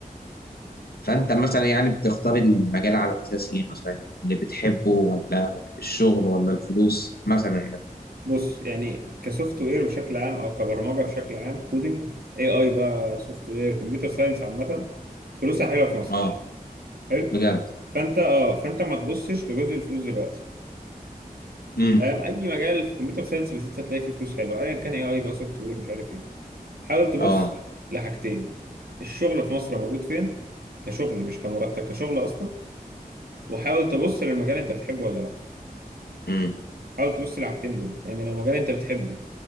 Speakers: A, on the left; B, on the right.
A: فانت مثلا يعني بتختار المجال على اساس ايه مثلا اللي بتحبه ولا الشغل ولا الفلوس مثلا يعني
B: بص يعني كسوفت وير بشكل عام او كبرمجه بشكل عام كودنج اي اي بقى سوفت وير كمبيوتر ساينس عامه فلوسها حلوه في مصر
A: اه
B: حلو
A: بجد
B: فانت اه فانت ما تبصش لجزء الفلوس دلوقتي
A: امم
B: فاهم اي مجال في كمبيوتر ساينس بالذات هتلاقي فيه فلوس حلوه ايا كان اي اي بقى سوفت وير مش عارف ايه حاول تبص
A: اه
B: لحاجتين الشغل في مصر موجود فين كشغل مش كمرتب كشغل اصلا وحاول تبص للمجال انت بتحبه ولا لا
A: امم
B: حاول تبص للحاجتين دول يعني لو مجال انت بتحبه